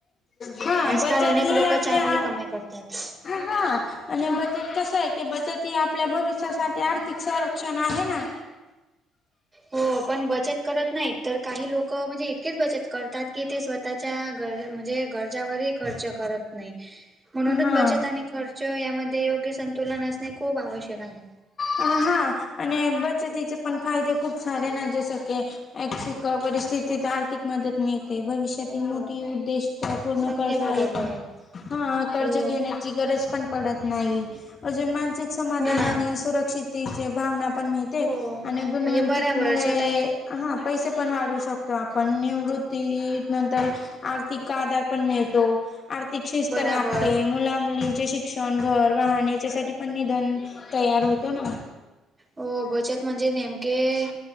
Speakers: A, on the left; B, on the right.
A: हा
B: आजकाल
A: बचत
B: अनेक
A: ही
B: लोक
A: आपल्या
B: चांगली कमाई करतात
A: हा आणि बचत कस आहे की बचत ही आपल्या भविष्यासाठी आर्थिक संरक्षण आहे. ना
B: हो पण बचत करत नाहीत तर काही लोक म्हणजे इतकेच बचत करतात की ते स्वतः च्या गर म्हणजे गरजावरही खर्च करत नाही. म्हणूनच
A: हा
B: बचत आणि खर्च यामध्ये योग्य संतुलन असणे खूप आवश्यक आहे.
A: हा आणि बचतीचे पण फायदे खूप सारे ना जस की <unintelligible> परिस्थितीत आर्थिक मदत मिळते भविष्य त्यातील
B: हो
A: मोठी उद्दिष्ट पूर्ण
B: अगदी
A: करता
B: बरोबर
A: येतात. हा कर्ज
B: हो
A: घेण्याची गरज पण पडत नाही अजून मानसिक समाधान
B: हो ना
A: आणि शेतीचे भावना पण मिळते
B: हो म्हणजे
A: आणि गुणवंतिकमुळे
B: बराबर स्वतः
A: हा पैसे पण वाढू शकतो आपण निवृत्ती नंतर आर्थिक आधार पण मिळतो आर्थिक शिस्त
B: बराबर
A: लागते मुला मुलींचे शिक शिक्षण, घर, वाहन याच्यासाठी पण निधन तयार होतो ना.
B: हो बचत म्हणजे नेमके